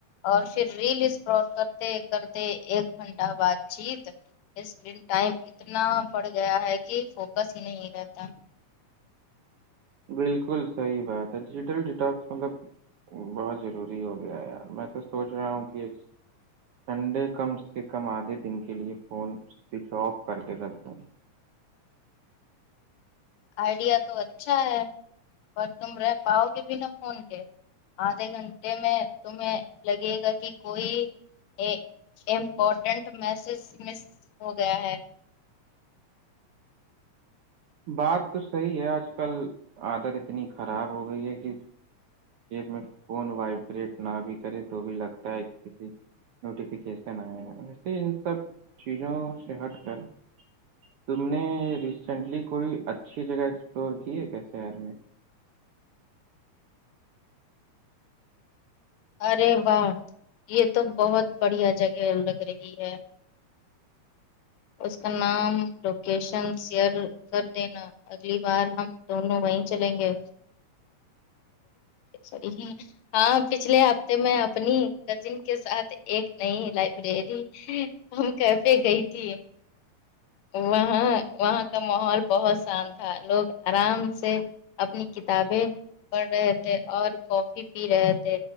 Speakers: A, on the left; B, on the right.
A: اور پھر ریل اس پر کرتے کرتے ایک گھنٹہ بات چیت اسکرین ٹائم اتنا بڑ گیا ہے کہ فوکس ہی نہیں رہتا
B: بالکل صحیح بات ہے ڈیجیٹل ڈٹاکس مطلب بہت ضروری ہو گیا یار میں تو سوچ رہا ہوں کہ ایک سنڈے کم سے کم آدھے دن کے لیے فون سوئچ آف کر کے رکھ دو
A: آئیڈیا تو اچھا ہے اور تم رہ پاؤ گے بنا فون کے آدھے گھنٹے میں تمہیں لگے گا کہ کوئی ا امپورٹنٹ میسج مس ہو گیا ہے
B: بات تو صحیح ہے آج کل عادت اتنی خراب ہو گئی ہے کہ میں فون وائبریٹ نہ بھی کرے تو بھی لگتا ہے کہ کسی نوٹیفیکیشن آئے ویسے ان سب چیزوں سے ہٹ کر تم نے ریسینٹلی کوئی اچھی جگہ ایکسپلور کی ہے کیا شہر میں
A: ارے واہ یہ تو بہت بڑھیا جگہ لگ رہی ہے
B: <unintelligible>
A: اس کا نام لوکیشن شیئر کر دینا اگلی بار ہم دونوں وہیں چلیں گے س ہاں پچھلے ہفتے میں اپنی کزن کے ساتھ ایک نئی لائبریری ہم کیفے گئی تھی وہاں وہاں کا ماحول بہت شان تھا لوگ آرام سے اپنی کتابیں پڑھ رہے تھے اور کافی پی رہے تھے